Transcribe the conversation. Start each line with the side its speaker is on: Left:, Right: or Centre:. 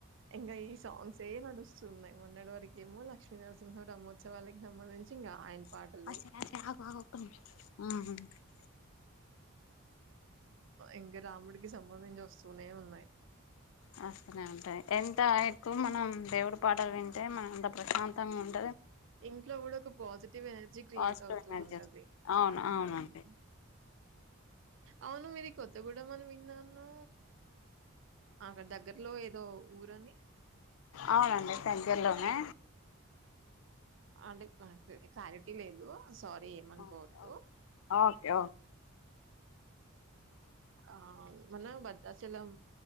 Right: ఇంకా ఈ సాంగ్స్ ఏ నడుస్త ఉన్నాయి మొన్నటి వరకేమో లక్ష్మీ నరసింహ రహ్త్సాలకి సంబధించి ఇంకా ఆయన పాటలు
Left: <unintelligible>
Right: ఇంక రాముడికి సంబంధించి వస్తూనే ఉన్నాయి
Left: వస్తూనే ఉంటాయి ఎంత ఎక్కువ మనం దేవుడి పాటలు వింటే మనం అంత ప్రశాంతంగా ఉంట
Right: ఇంట్లో కూడా ఒక పాజిటివ్ ఎనర్జీ క్రియేట్
Left: పాజిటివ్
Right: అవుతూ
Left: ఎనర్జీ
Right: ఉంటది
Left: వస్తుంది. అవును
Right: హ్మ్
Left: అవునండి
Right: అవును మీరి కొత్తగూడమ అని విన్నాను అక్కడ దగ్గరలో ఏదో ఊరని
Left: అవునండి దగ్గరలోనే
Right: అంటే మాకు క్లారిటీ లేదు సారీ ఏం అనుకోవద్దు
Left: ఓకే ఓకే
Right: ఆ మన భద్రాచలం